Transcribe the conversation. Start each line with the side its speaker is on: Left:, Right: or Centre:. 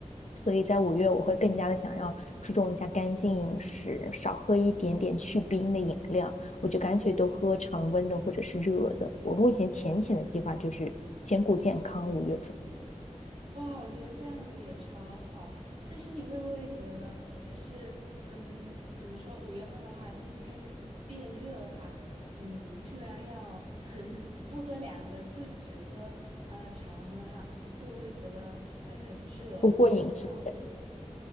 Left: 所以在五月我会更加的想要注重一下干净饮食，少喝一点点去冰的饮料，我就干脆都喝常温的或者是热的。我目前浅浅的计划就是兼顾健康，五月份。
Right: 哇，我觉得这样子也超好。但是你会不会觉得，就是嗯，怎么说？五月份的话，天气开始变热的话，你突然要 <laughs> 不喝凉的，就只喝呃常温的话，会不会觉得会很热，
Left: 不过饮食
Right: 受不了？